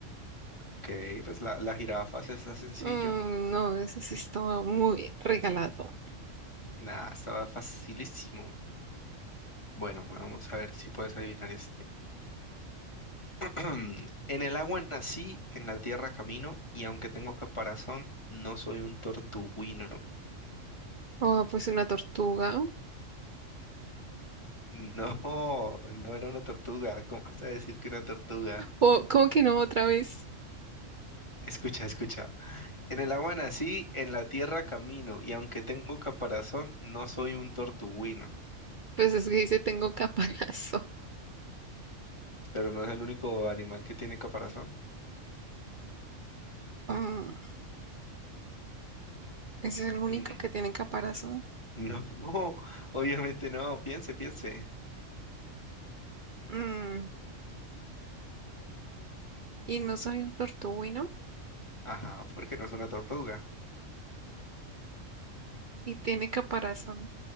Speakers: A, on the left (about 20°); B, on the right (about 45°).
A: Ok, pues la, la jirafa se está sencillo.
B: Mm, no, eso sí estaba muy regalado.
A: Nah, estaba facilísimo. Bueno, vamos a ver si puedes adivinar este. <clears throat> En el agua nací, en la tierra camino, y aunque tengo caparazón, no soy un tortuguino. <laughs>
B: Oh, pues una tortuga.
A: No, no era una tortuga. ¿Cómo vas a decir que una tortuga?
B: Oh, ¿cómo que no otra vez?
A: Escucha, escucha. En el agua nací, en la tierra camino, y aunque tengo caparazón, no soy un tortuguino.
B: Pues es que dice tengo caparazón. <laughs>
A: Pero no es el único animal que tiene caparazón.
B: Mm, ese es el único
A: ¿Mm?
B: que tiene caparazón.
A: No, <laughs> obviamente no. Piense, piense.
B: Mm, y no soy un tortuguino
A: Ajá, porque no es una tortuga.
B: y tiene caparazón.